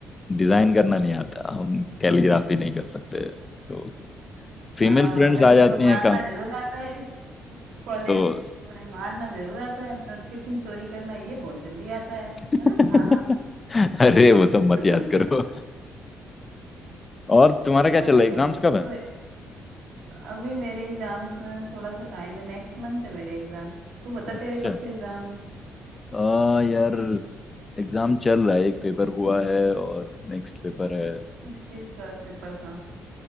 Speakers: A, on the left; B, on the right.
A: डिजाइन करना नहीं आता हम कैलीग्राफी नहीं कर सकते तो फीमेल
B: हाँ
A: फ्रेंड्स
B: लड़कियों
A: आ जाती
B: को मारना
A: हैं काम
B: जरूर आता है कॉलेज
A: तो
B: में मारना जरूर आता है और टिफिन चोरी करना ये बहुत जल्दी आता है है
A: <laughs>
B: ना खाना
A: अरे वो सब मत
B: <laughs>
A: याद करो और तुम्हारा क्या
B: और
A: चल रहा है
B: क्या
A: एग्जाम्स
B: तो, तो
A: कब है
B: अभी मेरे एग्जाम्स में थोड़ा सा टाइम है नेक्स्ट मंथ है मेरे एग्जाम तू बता
A: अच्छा
B: तेरे कब से एग्जाम है
A: आ, यार एग्जाम चल रहा है एक पेपर हुआ है और नेक्स्ट पेपर है
B: किस चीज का पेपर था